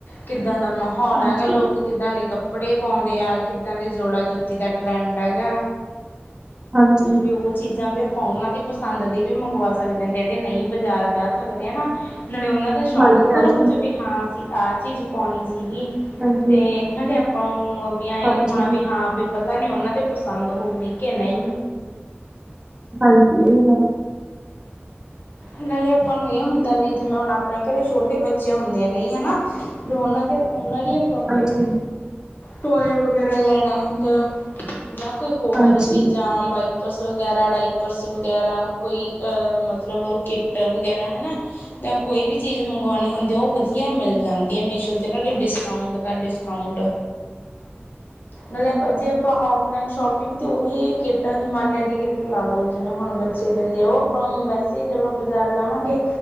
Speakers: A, on the left; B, on the right.
A: ਕਿੱਦਾਂ ਦਾ ਮਾਹੌਲ
B: ਹਾਂਜੀ,
A: ਹੈਗਾ ਲੋਕ ਕਿੱਦਾਂ ਦੇ ਕੱ ਕੱਪੜੇ ਪੌਂਦੇ ਆ ਕਿੱਦਾਂ ਦੇ ਜੋੜਾ ਜੁੱਤੀ ਦਾ ਟਰੈਂਡ ਹੈਗਾ।
B: ਹਾਂਜੀ,
A: ਵੀ ਓ ਚੀਜ਼ਾਂ ਵੀ ਆਪ ਆਪਾਂ ਓਨਾਂ ਦੀ ਪਸੰਦ ਦੀ ਵੀ ਮੰਗਵਾ ਸਕਦੇ ਆਂ ਜੇੜੇ ਨਈਂ ਬਾਜ਼ਾਰ ਜਾ ਸਕਦੇ ਆ ਨਾ ਨਾਲੇ ਓਨਾਂ ਦਾ ਸ਼ੌਂਕ
B: ਹਾਂਜੀ,
A: ਪੂਰਾ ਹੋ ਜਾਵੇ ਵੀ ਹਾਂ ਅਸੀਂ ਆਹ ਚੀਜ਼ ਪੌਨੀ ਸੀਗੀ
B: ਹਾਂਜੀ,
A: ਤੇ ਨਾਲੇ ਆਪ ਆਪਾਂ ਨੂੰ ਵੀ ਐ
B: ਹਾਂਜੀ,
A: ਨੀ ਹੋਨਾ ਵੀ ਹਾਂ ਵੀ ਪਤਾ ਨੀ ਓਨਾਂ ਤੇ ਪਸੰਦ ਹੋਊਗੀ ਕੇ ਨਈ।
B: ਹਾਂਜੀ ਹਾਂ।
A: ਨਾਲੇ ਆਪਾਂ ਨੂੰ ਏਹ ਹੁੰਦਾ ਵੀ ਜਿਵੇਂ ਹੁਨ ਆਪਨੇ ਘਰੇ ਛੋਟੇ ਬੱਚੇ ਹੁੰਦੇ ਆ ਕਈ ਹਨਾ ਵੀ ਓਨਾਂ ਦੇ ਓਨਾਂ ਲਈ ਆਪਾਂ
B: ਹਾਂਜੀ,
A: ਕੋਈ ਟੋਆਏ ਵਗੈਰਾ ਲੈਨਾ ਹੁੰਦਾ ਜਾਂ ਕੋਈ ਹੋਰ
B: ਹਾਂਜੀ,
A: ਚੀਜ਼ਾਂ
B: ਹਾਂਜੀ,
A: ਬਾਈ ਪਰਸ ਵਗੈਰਾ ਡਾਈਪਰਸ ਵਗੈਰਾ ਕੋਈ ਅ ਮਤਲਬ ਕਿੱਟ ਵਗੈਰਾ ਹਨਾ ਜਾਂ ਕੋਈ ਵੀ ਚੀਜ਼ ਮੰਗਵਾਨੀ ਹੁੰਦੀ ਤੇ ਓ ਵਦੀਆ ਮਿਲ ਜਾਂਦੀ ਐ ਮੀਸ਼ੋ ਤੇ ਨਾ ਡਿਸਕਾਊਂਟ ਦਾ ਡਿਸਕਾਊਂਟ ਨਾਲੇ ਆਪਾਂ ਜੇ ਆਪਾਂ ਔਫ ਔਫਲਾਈਨ ਸ਼ੋਪਿੰਗ ਅਤੇ ਉਹੀ ਕਿੱਟ ਹਿਮਾਲਿਆ ਦੀ ਕਿੱਟ ਲਾ ਲਉ ਜਿਵੇਂ ਹੁਣ ਬੱਚੇ ਦੀ ਹੁੰਦੀ ਆ ਉਹ। ਆਪ ਬਸੀ ਜ <inaudible> ਬਾਜ਼ਾਰ ਜਾਵਾਂਗੇ